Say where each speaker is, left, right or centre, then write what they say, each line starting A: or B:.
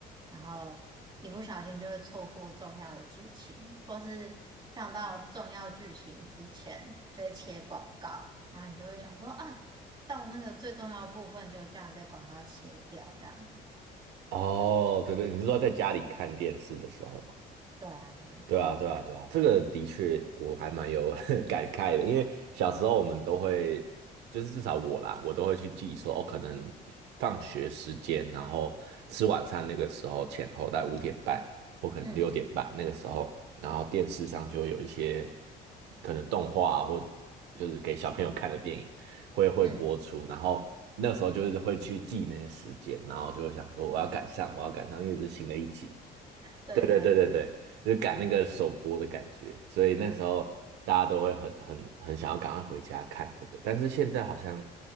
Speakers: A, on the right; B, on the right.
A: 然后一不小心就会错过重要的剧情，或是跳到重要剧情之前就会切广告。然后你就会想说啊，到那个最重要的部分就这样被广告切掉，这样。
B: 哦，对对，你是说在家里看电视的时候吗？
A: 对啊，
B: 对啊，对啊，对啊，这个的确我还蛮有 <laughs> 感慨的，因为小时候我们都会，就是至少我啦，我都会去记说，哦，可能放学时间，然后吃晚餐那个时候前后在五点半或可能六点半那个时候，
A: 嗯
B: 然后电视上就会有一些可能动画啊或就是给小朋友看的电影会会播出，
A: 嗯，
B: 然后那时候就是会去记那些时间，然后就会想说我要赶上，我要赶上，因为这是新的一集。
A: 对对对
B: 对对对对对，就是赶那个首播的感觉，所以那时候大家都会很很很想要赶快回家看这个，但是现在好像